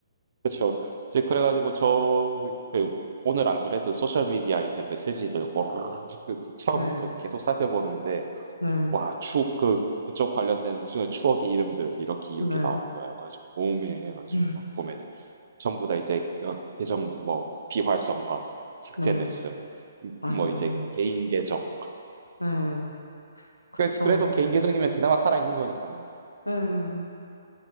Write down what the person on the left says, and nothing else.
네,
네,
네.
음,
네,
아이고,
네, 그쵸,
뭐,
네,